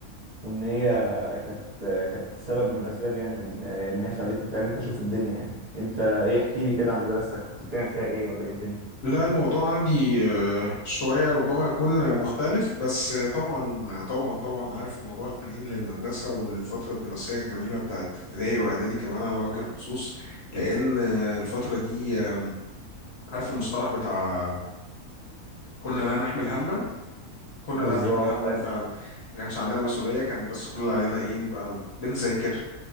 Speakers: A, on the right; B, on the left.
A: وان هي كانت كانت سبب من اسباب يعني ان إن هي خلتني فاهم انت اشوف الدنيا يعني انت ايه احكي لي كده عن مدرستك كنت بتعمل فيها ايه ولا ايه الدنيا
B: لا الموضوع عندي آه، شوية ربما يكون مختلف بس آه، طبعا آه، طبعا طبعا عارف موضوع الحنين للمدرسة وللفترة الدراسية الجميلة بتاعت ابتدائي وإعدادي كمان على وجه الخصوص لأن آه، الفترة دي آه، عارف المصطلح بتاع كنا لا نحمل هما كنا
A: بالظبط
B: لا نحمل هما
A: أيوة.
B: فعلا ما كانش عندنا مسؤولية كان بس كل اللي علينا إيه نبقى بنذاكر